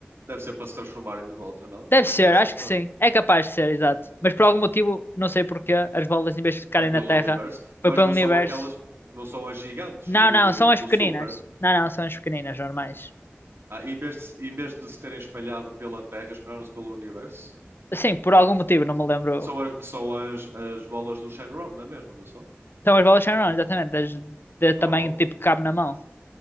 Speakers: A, on the right (about 60°); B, on the left (about 55°).
A: deve ser para se transformarem de volta, não?
B: Deve
A: Deve
B: ser,
A: ser essa
B: acho
A: a história.
B: que sim. É capaz de ser, exato. Mas por algum motivo, não sei porquê, as bolas em vez de ficarem
A: É, é pelo
B: na Terra,
A: universo,
B: foi
A: mas
B: pelo
A: não
B: universo.
A: são aquelas, não são as gigantes
B: Não,
A: do,
B: não, são as
A: do
B: pequeninas.
A: Super.
B: Não, não, são as pequeninas, normais.
A: Ah, em vez de, se- em vez de se terem espalhado pela Terra, espalharam-se pelo universo.
B: Sim, por algum motivo, não me lembro.
A: São as, são as, as bolas do Shenron, não é mesmo, não são?
B: São as bolas são enormes, exatamente, das, de tamanho
A: Oh,
B: tipo que cabe na mão.